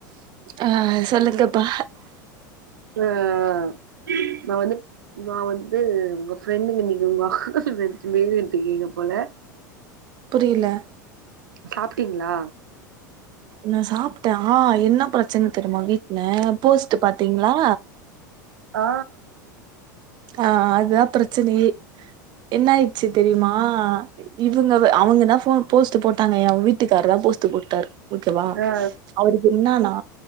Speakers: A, on the right; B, on the right.
A: அ சொல்லுங்கப்பா
B: அ அ நா வந்து ந வந்து உங்க ஃப்ரெண்டுங்க நீங்க உங்க வா நென்ச்சி பிய்ந்துகிட்ருக்கீங்க போல <inaudible>
A: புரிய்ல
B: சாப்ட்டீங்ளா
A: நா சாப்ட்டே ஆ என்ன பிரச்சன தெரிமா வீட்ல போஸ்ட்டு பாத்தீங்ளா
B: ஆ
A: அ அதுதான் பிரச்சனையே என்ன ஆயிட்ச்சு தெரிய்மா இவுங்கவு அவுங்கதான் ஃபோ போஸ்ட்டு போட்டாங்க வீட்டுக்கார் தா போஸ்ட்டு போட்டாரு ஓகேவா
B: ஆ
A: அவருக்கு என்னானா